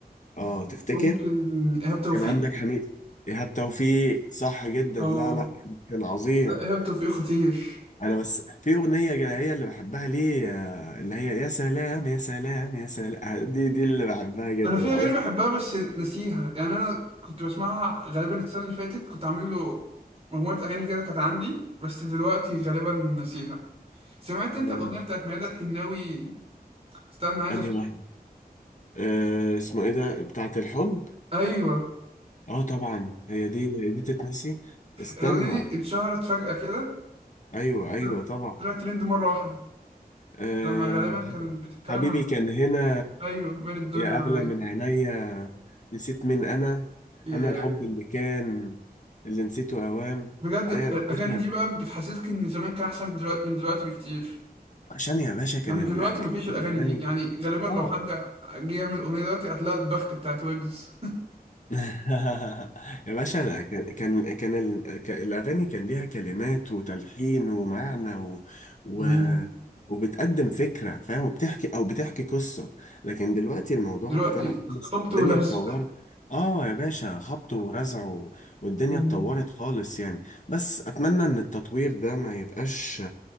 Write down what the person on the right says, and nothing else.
ممكن ايهاب توفيق
اه
لا، ايهاب توفيق خطير
انا في اغاني
بحبها بس نسيها يعني انا كنت بسمعها غالبا السنه اللي فاتت كنت عامل له مجموعه اغاني كده كانت عندي بس دلوقتي غالبا نسيها سمعت انت
الاغنيه بتاعت ميادة الحناوي استنى عايز
افتكر
ايوه
الاغنيه دي اتشهرت فجاه كده
طلع-
طلعت ترند مره واحده
لما غالبا كانت بتتكلم
عن
ايوه مال الدنيا
عليا
ياه.
بجد
الاغاني
دي بقى بتحسسك ان زمان كان احسن من دلوقتي من دلوقتي بكتير
يعني
دلوقتي
مفيش الاغاني
دي يعني غالبا
لو حد جه يعمل اغنيه دلوقتي هتلاقي البخت بتاعت ويجز
مم.
دلوقتي
خبط
ولزق
مم.